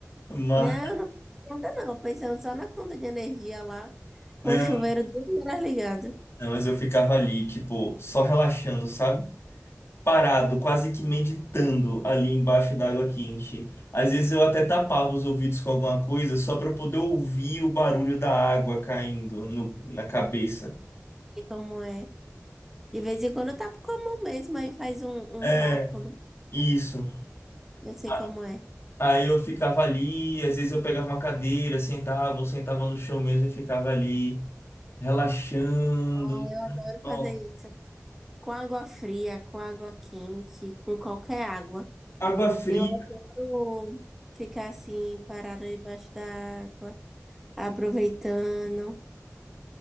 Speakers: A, on the left; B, in the centre.
A: Mas,
B: Não, não pensei em nada não, pensando só na conta de energia lá,
A: não,
B: com o chuveiro duas horas ligado.
A: não, mas eu ficava ali, tipo, só relaxando, sabe? parado, quase que meditando ali embaixo d'água quente. Às vezes eu até tapava os ouvidos com alguma coisa só para poder ouvir o barulho da água caindo no- na cabeça.
B: E como é? De vez em quando eu tapo com a mão mesmo, aí faz um, um
A: É,
B: vácuo, né?
A: isso.
B: Eu sei
A: A-
B: como é.
A: Aí eu ficava ali, às vezes eu pegava uma cadeira, sentava, ou sentava no chão mesmo e ficava ali, relaxando.
B: Ah, eu adoro
A: Nossa.
B: fazer isso. Com água fria, com água quente, com qualquer água.
A: Água fria.
B: Eu adoro ficar assim, parada debaixo da água, aproveitando.